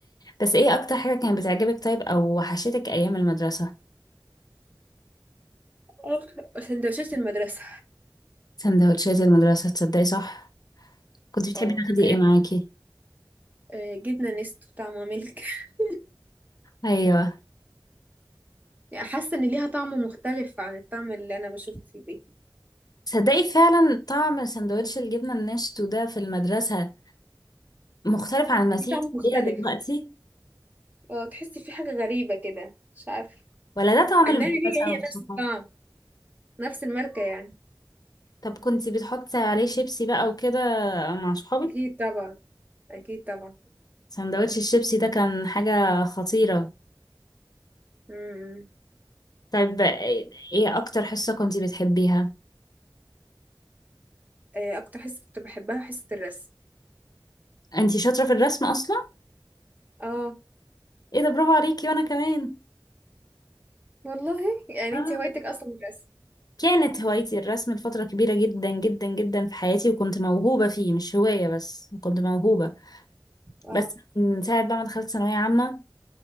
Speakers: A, on the left; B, on the right.
A: بس ايه اكتر حاجه كانت بتعجبك طيب او وحشتك ايام المدرسه
B: آه، سندوتشات <laughs> المدرسة
A: سندوتشات المدرسه تصدقي صح كنت بتحبي
B: اه
A: تاخدي
B: كانت
A: ايه معاكي
B: آه، جبنة نستو طعمها ملك <laughs>
A: ايوه
B: يعني حاسة إن ليها طعم مختلف عن الطعم اللي أنا بشوفه في البيت
A: تصدقي فعلا طعم سندوتش الجبنه الناشف ده في المدرسه مختلف عن ما
B: ليه
A: تيجي
B: طعم
A: تاكليها
B: مختلف
A: دلوقتي
B: اه تحسي في حاجة غريبة كده مش عارفة
A: ولا ده طعم
B: إنها
A: المدرسه
B: هي
A: والصحاب
B: هي نفس الطعم نفس الماركة يعني
A: طب كنتي بتحطي عليه شيبسي بقى وكده مع صحابك
B: أكيد طبعا أكيد طبعا
A: سندوتش الشيبسي ده كان حاجة خطيرة
B: مم.
A: طيب ايه اكتر حصة كنتي بتحبيها
B: آه، اكتر حصه كنت بحبها حصه الرسم
A: انتي شاطرة في الرسم اصلا
B: اه
A: ايه ده برافو عليكي وانا كمان
B: والله يعني
A: اه
B: انت هوايتك اصلا الرسم
A: كانت هوايتي الرسم لفترة كبيرة جدا جدا جدا في حياتي وكنت موهوبة فيه مش هواية بس كنت موهوبة
B: اه
A: بس من ساعة بقى ما دخلت ثانوية عامة